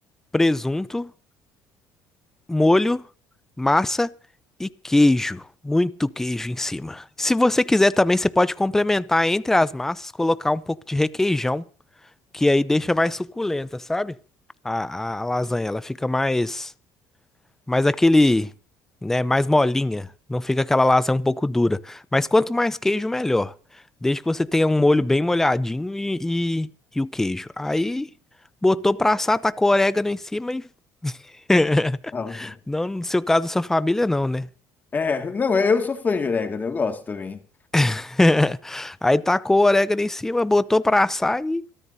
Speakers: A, in the centre; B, on the left.
A: presunto, molho, massa e queijo. Muito queijo em cima. Se você quiser também, você pode complementar entre as massas, colocar um pouco de requeijão que aí deixa mais suculenta, sabe? A, a, a lasanha, ela fica mais, mais aquele, né, mais molinha. Não fica aquela lasanha um pouco dura. Mas quanto mais queijo, melhor. Desde que você tenha um molho bem molhadinho e, e, e o queijo. Aí, botou pra assar, tacou orégano em cima e... <laughs>
B: Ah,
A: Não no seu caso, da sua família, não, né?
B: É, não, eu sou fã de orégano, eu gosto também.
A: <laughs> Aí tacou o orégano em cima, botou pra assar e